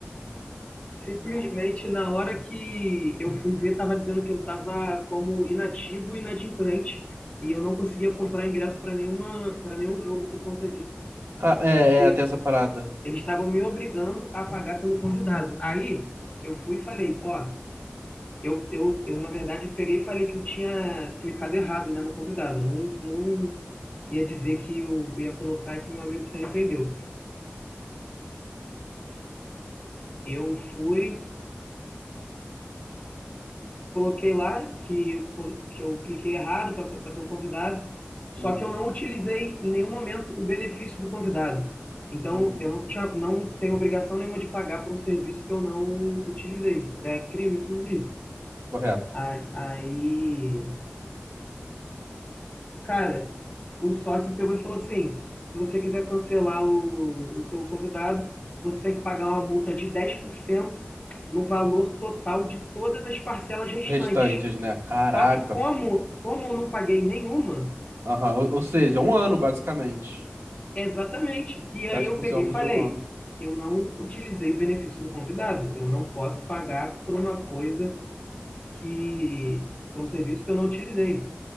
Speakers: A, on the left; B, on the right.
A: Simplesmente na hora que eu fui ver, estava dizendo que eu estava como inativo e inadimplente e eu não conseguia comprar ingresso para nenhuma para nenhum jogo por conta disso,
B: Ca- É,
A: porque
B: é, tem essa parada.
A: eles estavam me obrigando a pagar pelo convidado. Aí eu fui e falei, ó, eu, eu, eu na verdade peguei e falei que eu tinha clicado errado, né, no convidado. Eu Não não ia dizer que eu ia colocar e que meu amigo se arrependeu. Eu fui coloquei lá que, eu colo- que eu cliquei errado para ter o convidado, só
B: Uhum,
A: que eu não utilizei em nenhum momento o benefício do convidado. Então,
B: uhum.
A: eu não tinha, não tenho obrigação nenhuma de pagar por um serviço que eu não utilizei. Isso é crime, inclusive.
B: Correto.
A: A- Aí, cara, o sócio pegou e falou assim: se você quiser cancelar o, o seu convidado, você tem que pagar uma multa de 10% no valor total de todas as parcelas restantes.
B: Restantes, né? Caraca,
A: Só que como,
B: filho.
A: como eu não paguei nenhuma,
B: Aham, Ou, ou seja, um ano, basicamente.
A: exatamente. E aí
B: Dez
A: eu
B: por
A: peguei
B: cento
A: e falei,
B: de um ano.
A: eu não utilizei o benefício do convidado. Eu não posso pagar por uma coisa que, por um serviço que eu não utilizei.